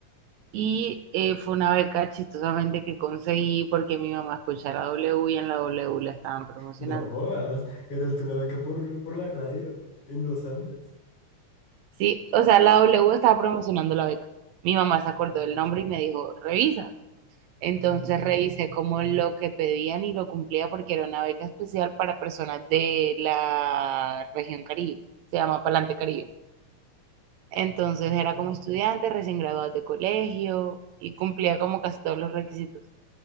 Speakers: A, on the right; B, on the left.
A: Y eh, fue una beca chistosamente que conseguí porque mi mamá escuchaba la W y en la W la estaban promocionando.
B: No jodas. ¿Ganaste una beca por, por la radio? ¿En los Andes?
A: Sí, o sea, la W estaba promocionando la beca. Mi mamá
B: Ah,
A: se acordó del nombre y me dijo, revisa. Entonces
B: ah,
A: revisé como lo que pedían y lo cumplía porque era una beca especial para personas de la región Caribe. Se llama Palante Caribe. Entonces
B: ah.
A: era como estudiante, recién graduado de colegio y cumplía como casi todos los requisitos.